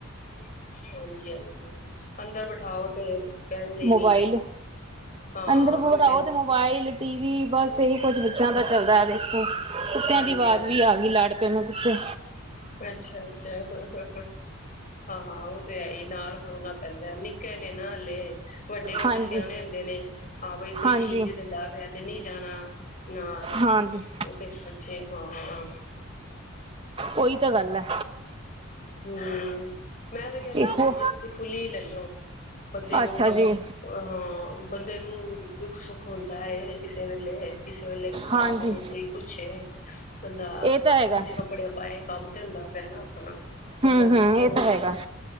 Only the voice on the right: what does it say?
ਮੋਬਾਇਲ
ਅੰਦਰ
ਬਿਠਾਓ
ਮੋਬਾਇਲ ਟੀ ਵੀ ਬਸ ਇਹੀ ਕੁਛ ਪਛਾਂ ਦਾ ਚੱਲਦਾ। ਹਮ ਕੁੱਤਿਆਂ
ਦੀ ਆਵਾਜ਼ ਵੀ ਆ ਗਈ ਲਾੜ। ਕਿਤੇ ਨਾ ਕਿਤੇ।
ਹਾਂਜੀ
ਹਾਂਜੀ
ਹਾਂਜੀ
ਉਹੀ ਤਾਂ ਗੱਲ ਹੈ।
ਇਹੋ
ਅੱਛਾ ਜੀ
ਹਾਂਜੀ
ਇਹ ਤਾਂ ਹੈਗਾ
ਹੂੰ ਹੂੰ
ਇਹ ਤਾਂ ਹੈਗਾ